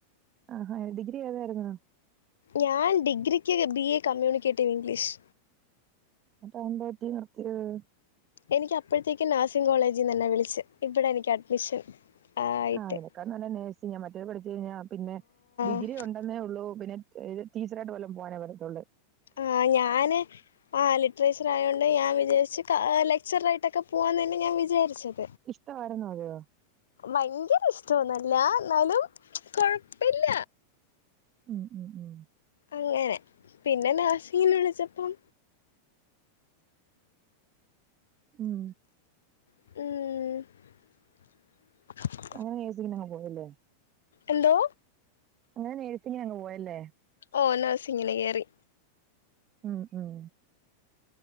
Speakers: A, on the right; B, on the left.
A: ആഹാ ഡിഗ്രി ഏതായിരുന്നു
B: ഞാൻ ഡിഗ്രിക്ക് ബി എ കമ്മ്യൂണിക്കേറ്റീവ് ഇംഗ്ലീഷ്
A: ന്നട്ട് എന്ത് പറ്റി നിർത്തിയത്
B: എനിക്ക് അപ്പഴെത്തെക്കും നഴ്സിംഗ് കോളെജിന്ന് എന്നെ വിളിച്ച് ഇപ്പയാ എനിക്ക് അഡ്മിഷൻ ആയിട്ട്
A: ആ അയിനേക്കാൾ നല്ലത് നെഴ്സിങാ മറ്റേത് പഠിച് കഴിഞ്ഞാ പിന്നെ ഡിഗ്രി
B: ആ
A: ഉണ്ടെന്നേ ഒള്ളൂ പിന്നെ ഇത് ടീച്ചറായിട്ട് വല്ലോം പോവനെ പറ്റത്തുള്ള്
B: ആ ഞാന് ആ ലിറ്ററേച്ചർ ആയോണ്ട് ഞാൻ വിചാരിച്ച് ക ലെക്ചറായിട്ടൊക്കെ പോവാന്നന്നെ ഞാൻ വിചാരിച്ചത്
A: ഇഷ്ടമായിരുന്നോ അത്
B: ഭയങ്കര ഇഷ്ടോന്നല്ല ന്നാലും കൊഴപ്പല്ല
A: ഉം ഉം ഉം
B: അങ്ങനെ പിന്നെ നഴ്സിങ്ങിന് വിളിച്ചപ്പം
A: ഉം
B: ഉം
A: അങ്ങനെ നഴ്സിങ്ങിന് ഒക്കെ പോയി ലേ
B: എന്തോ
A: അങ്ങനെ നഴ്സിങ്ങിന് അങ്ങ് പോയല്ലേ
B: ഓ നഴ്സിങ്ങിന് കെറി
A: ഉം ഉം